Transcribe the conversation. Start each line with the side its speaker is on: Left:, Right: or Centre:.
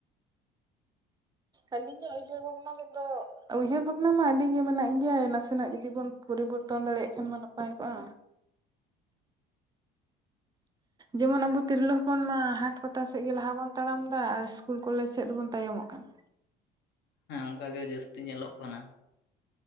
Right: ᱟᱹᱞᱤᱧᱟᱜ ᱩᱭᱦᱟᱹᱨ ᱵᱚᱵᱽᱱᱟ <unintelligible> ᱩᱭᱦᱟᱹᱨ ᱵᱷᱟᱵᱽᱱᱟ ᱢᱟ ᱟᱹᱰᱤ ᱜᱮ ᱢᱮᱱᱟᱜ ᱜᱮᱭᱟᱭ ᱱᱟᱥᱮᱱᱟᱜ ᱡᱩᱫᱤ ᱵᱚᱱ ᱯᱚᱨᱤᱵᱚᱨᱛᱚᱱ ᱫᱟᱲᱮᱭᱟᱜ ᱠᱷᱟᱱ ᱢᱟ ᱱᱟᱯᱟᱭ ᱠᱚᱜᱼᱟ ᱡᱮᱢᱚᱱ ᱟᱵᱚ ᱛᱤᱨᱞᱟᱹ ᱦᱚᱯᱚᱱ ᱢᱟᱻ ᱦᱟᱴ ᱯᱟᱛᱟ ᱥᱮᱜ ᱜᱮ ᱞᱟᱦᱟ ᱵᱚᱱ ᱛᱟᱲᱟᱢ ᱫᱟ ᱟᱨ ᱥᱠᱩᱞ ᱠᱚᱞᱮᱡᱽ ᱥᱮᱫ ᱫᱚᱵᱚᱱ ᱛᱟᱭᱚᱢᱚᱜ ᱠᱟᱱᱟ
Left: ᱮᱸ ᱚᱝᱠᱟ ᱜᱮ ᱡᱟᱹᱥᱛᱤ ᱧᱮᱞᱚᱜ ᱠᱟᱱᱟ